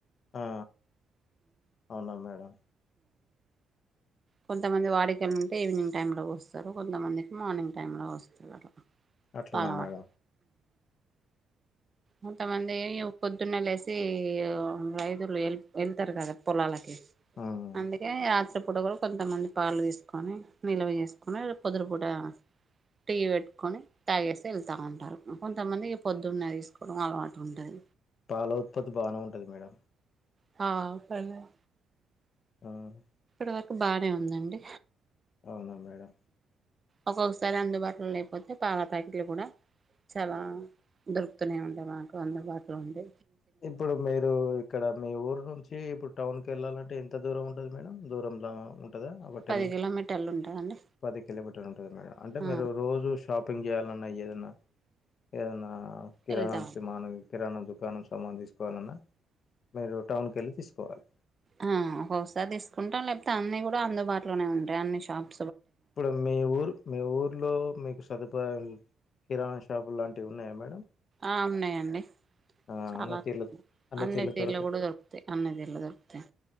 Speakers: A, on the left; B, on the right.
A: ఆ అవునా మేడం
B: కొంతమంది వాడికలు ఉంటే ఈవినింగ్ టైం లో పొస్తరు కొంతమందికి మార్నింగ్ టైం లో పొస్తరు
A: అట్లనా
B: పాలవాడు
A: మేడం
B: కొంతమంది ఇగా పొద్దున్నే లేసి రైతులు వెళ్తారు కాదా పొలాలకి
A: ఉమ్
B: అందుకే ఆ చెప్పు కొంతమంది పాలు తీసుకొని నిల్వ చేసుకొని అది పొద్దున పూట టీ పెట్టుకొని తాగేసి వెళ్తా ఉంటారు కొంతమందికి పొద్దున్న తీసుకు నుడు అలవాటు ఉంటది
A: పాల ఉత్పత్తి బానే ఉంటది మేడం
B: హా పర్లేదు
A: మ్మ్
B: ఇప్పటి వరకు బానే ఉందండి
A: అవునా మేడం
B: ఒక్కొక్కసారి అందుబాటులో లేకపోతే పాల ప్యాకెట్లు కూడా చాలా
A: ఆ!
B: దొరుకుతవి ఇక్కనే ఉండే మాకు అందుబాటులో ఉంది
A: ఇప్పుడు మీరు ఇక్కడ మీ ఊరు నుంచి ఇప్పుడు టౌన్ కి వెళ్ళాలంటే అంటే ఎంత దూరం ఉంటది మేడం దూరంలా ఉ ఉంటదా ఒక టెన్
B: పది కిలోమీటర్లు ఉంటదండి
A: పది కిలోమీటర్ ఉంటంది మేడం అంటే
B: ఆ
A: మీ రోజు షాపింగ్ చేయాలన్నా ఏదన్నా ఏదన్నా కిరాణామాను
B: వెళ్తామండి
A: కిరాణా దుకాణం సామాను తీసుకోవాలన్నా మీరు టౌన్కి వెళ్ళి తీసుకోవాలి
B: ఆ ఒక్కొకసారి తీసుకుంటాం లేకపోతే అన్ని కూడా అందుబాటులోనే ఉంటాయి అన్ని షాప్
A: ఇప్పుడు మీ ఊరు మీ ఊర్లో మీక్ ష సదుపాయం కిరాణా షాపు లాంటివి ఉన్నాయా మేడం
B: ఆ ఉన్నాయండి
A: ఆ
B: చాలా
A: అన్ని తీర్ల
B: అన్ని తీర్ల
A: దొరక
B: కూడా దొరుకుతాయి అన్ని తీర్ల దొరుకుతాయి